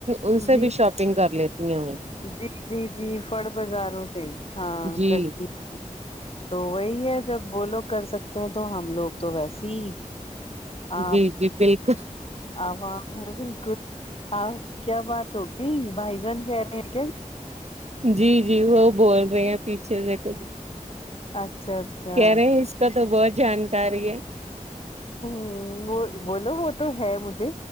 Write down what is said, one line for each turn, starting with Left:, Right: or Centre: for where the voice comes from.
Right: ان سے
Left: جی
Right: بھی شاپنگ کر لیتے <unintelligible>
Left: جی جی جی فڑ بازاروں سے ہاں
Right: جی
Left: کرتی ہیں تو وہی ہے جب وہ لوگ کر سکتے ہیں تو ہم لوگ تو ویسے ہی آپ
Right: جی جی بالکل
Left: عوام ہے بالکل ہاں کیا بات ہوگی بھائی جان کہہ رہے ہیں کیا
Right: جی جی وہ بول رہے ہیں پیچھے سے کچھ
Left: اچھا اچھا
Right: کہہ رہے ہیں اس کا تو بہت جانکاری ہے
Left: ہاں وہ بولو وہ تو ہے مجھے